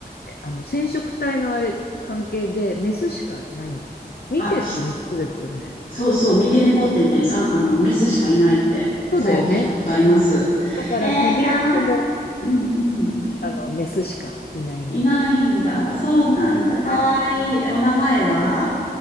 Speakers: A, on the left; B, on the left.
A: ね、あの染色体のあれ関係でメスしかないんだって。ミケってメスですよね。
B: あ、しそうそう、三毛猫ってね、さん、あの、メスしかいないって、
A: そうだよね。
B: そう、聞いたことあります。
A: だからサビ猫も、
B: えー、かわいい。うんうん。
A: あの、メスしかいないんだって。
B: いないんだ。そうなんだ。かわいい。お名前は